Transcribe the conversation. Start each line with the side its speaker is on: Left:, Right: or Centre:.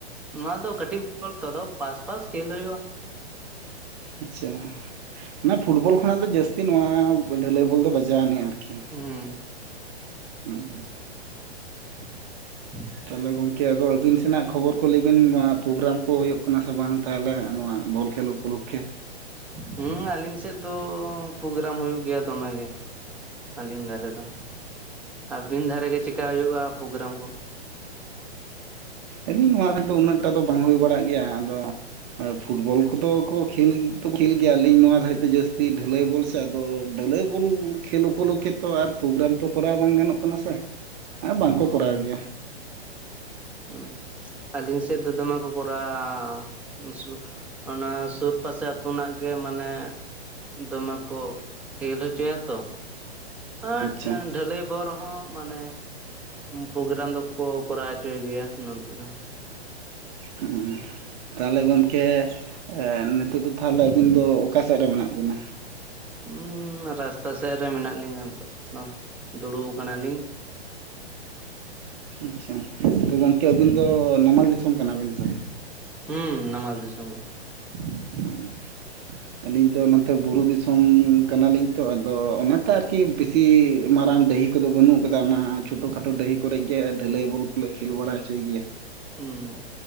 Centre: ᱱᱚᱣᱟ ᱫᱚ ᱠᱟᱹᱴᱤᱡ ᱵᱚᱞ ᱛᱚ ᱟᱫᱚ ᱯᱟᱥᱯᱟᱥ ᱠᱷᱮᱞ ᱦᱳᱭᱳᱜᱼᱟ ᱾
Right: ᱟᱪᱪᱷᱟ ᱚᱱᱟ ᱯᱷᱩᱴᱵᱚᱞ ᱠᱷᱚᱱᱟᱜ ᱫᱚ ᱡᱟᱹᱥᱛᱤ ᱱᱚᱣᱟ ᱰᱷᱟᱹᱞᱟᱹᱭ ᱵᱚᱞ ᱫᱚ ᱵᱟᱡᱟᱣ ᱟᱹᱱᱤᱡᱼᱟ ᱟᱨᱠᱤ
Centre: ᱦᱩᱸ
Right: <inaudible>
Centre: <inaudible>
Right: ᱛᱟᱞᱦᱮ ᱜᱚᱝᱠᱮ ᱟᱫᱚ ᱟᱹᱵᱤᱱ ᱥᱮᱱᱟᱜ ᱠᱷᱚᱵᱚᱨ ᱠᱚ ᱞᱟᱹᱭ ᱵᱤᱱ ᱱᱚᱣᱟ ᱯᱨᱳᱜᱨᱟᱢ ᱠᱚ ᱦᱩᱭᱩᱜ ᱠᱟᱱᱟ ᱥᱮ ᱵᱟᱝ ᱛᱟᱞᱦᱮ ᱱᱚᱣᱟ ᱵᱚᱞ ᱠᱷᱮᱞ ᱯᱚᱠᱠᱷᱮ
Centre: ᱦᱩᱸ ᱟᱹᱞᱤᱧ ᱥᱮᱫ ᱫᱚᱻ ᱯᱨᱳᱜᱨᱟᱢ ᱦᱩᱭᱩᱜ ᱜᱮᱭᱟ ᱫᱚᱢᱮᱜᱮ ᱾ ᱟᱹᱞᱤᱧ ᱫᱷᱟᱨᱮ ᱫᱚ ᱟᱹᱵᱤᱱ ᱫᱷᱟᱨᱮ ᱜᱮ ᱪᱮᱠᱟ ᱦᱳᱭᱳᱜᱼᱟ ᱯᱨᱳᱜᱨᱟᱢ ᱠᱚ?
Right: ᱟᱹᱞᱤᱧ ᱱᱚᱣᱟ ᱫᱷᱟᱨᱮ ᱫᱚ ᱩᱱᱟᱹᱜᱴᱟ ᱫᱚ ᱵᱟᱝ ᱦᱩᱭ ᱵᱟᱲᱟᱜ ᱜᱮᱭᱟ ᱟᱫᱚ ᱯᱷᱩᱴᱵᱚᱞ ᱠᱚᱫᱚ ᱠᱚ ᱠᱷᱮᱞ ᱫᱚᱠᱚ ᱠᱷᱮᱞ ᱜᱮᱭᱟ ᱟᱹᱞᱤᱧ ᱱᱚᱣᱟ ᱫᱷᱟᱹᱨᱤᱡ ᱫᱚ ᱡᱟᱹᱥᱛᱤ ᱰᱷᱟᱹᱞᱟᱹᱭ ᱵᱚᱞ ᱥᱮ ᱛᱚ ᱟᱫᱚ ᱰᱷᱟᱹᱞᱟᱹᱭ ᱵᱚᱞ ᱠᱷᱮᱞ ᱩᱯᱚᱞᱚᱠᱠᱷᱮ ᱛᱚ ᱟᱨ ᱯᱨᱳᱜᱨᱟᱢ ᱛᱚ ᱠᱚᱨᱟᱣ ᱵᱟᱝ ᱜᱟᱱᱚᱜ ᱠᱟᱱᱟ ᱥᱮ ᱟ ᱵᱟᱝᱠᱚ
Centre: ᱦᱩᱸ
Right: ᱠᱚᱨᱟᱣ ᱜᱮᱭᱟ ᱾
Centre: ᱦᱩᱸ ᱟᱹᱞᱤᱧ ᱥᱮᱫ ᱫᱚ ᱫᱚᱢᱮ ᱠᱚ ᱠᱚᱨᱟᱣᱼᱟᱻ ᱥᱩᱨ ᱚᱱᱟ ᱥᱩᱨ ᱯᱟᱥᱮ ᱟᱹᱛᱩ ᱨᱮᱱᱟᱜ ᱜᱮ ᱢᱟᱱᱮ ᱫᱚᱢᱮ ᱠᱚ ᱠᱷᱮᱞ ᱦᱚᱪᱚᱭᱟ ᱛᱚ ᱟᱴ
Right: ᱟᱪᱪᱷᱟ
Centre: ᱰᱷᱟᱹᱞᱟᱹᱭ ᱵᱚ ᱨᱮᱦᱚᱸ ᱢᱟᱱᱮ ᱯᱳᱜᱮᱨᱟᱢ ᱫᱚᱠᱚ ᱠᱚᱨᱟᱣ ᱦᱚᱪᱚᱭ ᱜᱮᱭᱟ ᱱᱚᱱᱛᱮ ᱫᱚ।
Right: ᱦᱩᱸ ᱛᱟᱞᱦᱮ ᱜᱚᱢᱠᱮ ᱮ ᱱᱤᱛᱳᱜ ᱫᱚ ᱛᱟᱞᱦᱮ ᱟᱹᱵᱤᱱ ᱫᱚ ᱚᱠᱟ ᱥᱮᱫ ᱨᱮ ᱢᱮᱱᱟᱜ ᱵᱤᱱᱟ?
Centre: ᱩᱸᱻ ᱨᱟᱥᱛᱟ ᱥᱮᱫ ᱨᱮ ᱢᱮᱱᱟᱜ ᱞᱤᱧᱟᱹ ᱟᱯᱟᱛᱚᱛ ᱫᱩᱲᱩᱵ ᱟᱠᱟᱱᱟᱞᱤᱧ ᱾
Right: ᱟᱪᱪᱷᱟ ᱛᱚ ᱜᱚᱢᱠᱮ ᱟᱹᱵᱤᱱ ᱫᱚ ᱱᱟᱢᱟᱞ ᱫᱤᱥᱚᱢ ᱠᱟᱱᱟᱵᱤᱱ ᱥᱮ?
Centre: ᱦᱩᱸ ᱱᱟᱢᱟᱞ ᱫᱤᱥᱚᱢ ᱜᱮ।
Right: ᱦᱮ ᱟᱹᱞᱤᱧ ᱫᱚ ᱚᱱᱟᱛᱮ ᱵᱩᱨᱩ ᱫᱤᱥᱚᱢ ᱠᱟᱱᱟᱞᱤᱧ ᱛᱚ ᱟᱫᱚ ᱚᱱᱟᱛᱮ ᱟᱨᱠᱤ ᱵᱤᱥᱤ ᱢᱟᱨᱟᱝ ᱰᱟᱹᱦᱤ ᱠᱚᱫᱚ ᱵᱟᱹᱱᱩᱜ ᱟᱠᱟᱫᱟ, ᱚᱱᱟ ᱪᱷᱳᱴᱳ ᱠᱷᱟᱴᱳ ᱰᱟᱹᱦᱤ ᱠᱚᱨᱮ ᱜᱮ ᱰᱷᱟᱹᱞᱟᱹᱭ ᱵᱚᱞ ᱠᱚᱞᱮ ᱠᱷᱮᱞ ᱵᱟᱲᱟ ᱦᱚᱪᱚᱭ ᱜᱮᱭᱟ ᱾
Centre: ᱦᱩᱸ